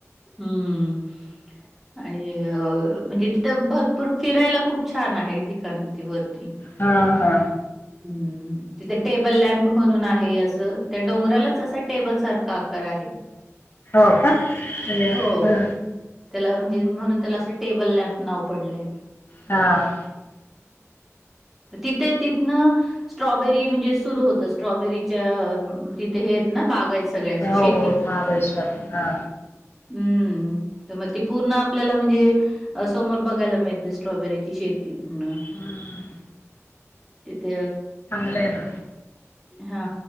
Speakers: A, in the centre; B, on the left.
A: हम्म आणि अ म्हणजे तिथं भरपूर फिरायला खूप छान आहे ठिकाण वरती
B: हा हा
A: ह् तिथे टेबल लॅम्प म्हणून आहे असं त्या डोंगरालाच असा टेबल सारखा आकार आहे
B: हो का अरे
A: हो
B: वा.
A: त्याला म्हणजे म्हणून त्याला असं टेबल लॅम्प नाव पडले
B: हा
A: तिथे तिथन स्ट्रॉ सॉबेरी म्हणजे सुरु होत स्ट्रॉबेरीच्या तिथे हे आहेत ना बागायचं सगळ्या शेती
B: हो हो महाबळेश्वर हा
A: हम्म तर मग ते पूर्ण आपल्याला म्हणजे समोर बघायला मिळते स्ट्रॉबेरीची शेती प
B: हम्म
A: तिथ
B: लाय ना
A: हा